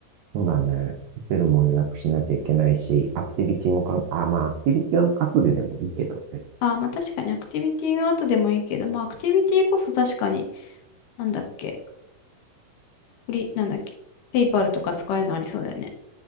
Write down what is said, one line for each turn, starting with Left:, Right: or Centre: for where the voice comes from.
Right: そうだね。ホテルも予約しなきゃいけないし、アクティビティもかん、あ、まあ、アクティビティは後ででもいいけどね。
Left: あー、まあ確かにアクティビティは後でもいいけど、まあアクティビティこそ確かに、なんだっけ、フリ、なんだっけ、ペイパルとか使えるのありそうだよね。